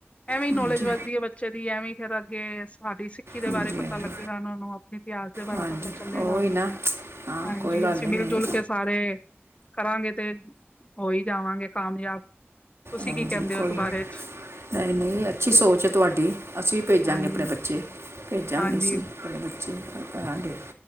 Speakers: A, on the left; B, on the right.
A: ਐਵੇਂ
B: ਜੀ
A: ਈ ਨੌਲੇਜ ਵੱਧਦੀ
B: ਹਾਂਜੀ
A: ਹੈ ਬੱਚੇ ਦੀ ਐਵੇਂ ਫੇਰ ਅੱਗੇ ਸਾਡੀ ਸਿੱਖੀ ਦੇ
B: ਹਾਂਜੀ
A: ਬਾਰੇ ਪਤਾ
B: ਹਾਂਜੀ
A: ਲੱਗੇਗਾ ਉਹਨਾਂ ਨੂੰ ਆਪਣੇ ਇਤਿਹਾਸ ਦੇ ਬਾਰੇ
B: ਹਾਂਜੀ
A: ਪਤਾ। ਚਲੇਗਾ
B: ਉਹ ਹੀ ਨਾ ਹਾਂ
A: ਹਾਂਜੀ
B: ਕੋਈ ਗੱਲ
A: ਅਸੀਂ
B: ਨਹੀਂ
A: ਮਿਲ
B: ਨਹੀਂ
A: ਜੁਲ ਕੇ ਸਾਰੇ। ਕਰਾਂਗੇ ਤੇ ਹੋ ਹੀ ਜਾਵਾਂਗੇ ਕਾਮਯਾਬ ਤੁਸੀਂ
B: ਹਾਂਜੀ
A: ਕੀ ਕਹਿੰਦੇ
B: ਕੋਈ
A: ਹੋ। ਇਸ ਬਾਰੇ
B: ਨਹੀਂ
A: ਚ।
B: ਨਹੀਂ ਨਹੀਂ ਅੱਛੀ ਸੋਚ ਹੈ ਤੁਹਾਡੀ ਅਸੀਂ ਭੇਜਾਂਗੇ
A: ਹਾਂਜੀ
B: ਆਪਣੇ ਬੱਚੇ ਭੇਜਾਂਗੇ
A: ਹਾਂਜੀ
B: ਅਸੀਂ। ਆਪਣੇ ਬੱਚੇ ਹੁਣ ਕਰਾਂਗੇ